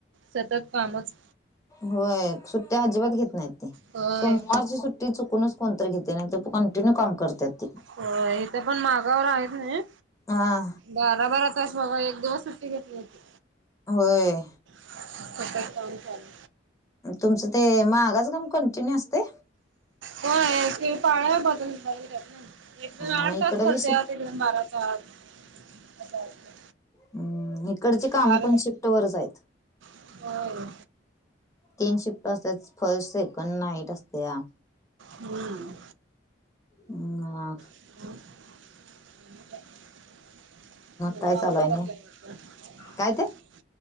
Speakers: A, on the right; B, on the left.
A: सतत कामच
B: होय सुट्टी अजिबात घेत नाही ते
A: होय
B: सोमवारची सुट्टी चुक कोण घेते कंटिन्यू करतात ते
A: हो इथं पण मागावर आहेत ना
B: हा
A: बरा बर तस बाबा एक दिवसच घेतली होती
B: होय
A: फतत काम चालू
B: तुमचं ते मागच काम कंटिन्यू असते
A: होय ते पाळ बदलत ना एकदण आठ
B: मग इकडं
A: तास करते
B: बी
A: आ एकदण बारा तास असं असतंय
B: हम्म तकडचे काम
A: चार
B: कोण शिफ्ट वर जाय
A: होय
B: तीन शिफ्ट असते फर्ट सेकंड नाईट असते
A: हम्म
B: ह्
A: ह ह
B: काय चालू आहे
A: उकला
B: नाही काय ते